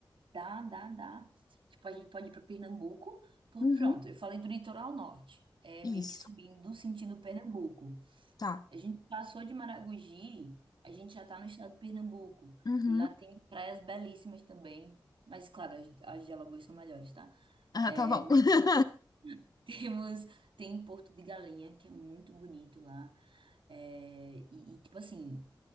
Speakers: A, on the right; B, on the left.
A: Dá, dá, dá. Tipo, a gente pode ir para Pernambuco. Pô,
B: Uhum.
A: Pronto, eu falei do litoral norte. É
B: Isso,
A: meio que subindo sentido Pernambuco.
B: tá.
A: A gente passou de Maragogi, a gente já tá no estado de Pernambuco.
B: Uhum.
A: E lá tem praias belíssimas também. Mas, claro, as, as de Alagoas são melhores, tá?
B: Ah,
A: É,
B: tá bom. <laughs>
A: <laughs> Temos, tem Porto de Galinha, que é muito bonito lá. É, e, e, tipo assim,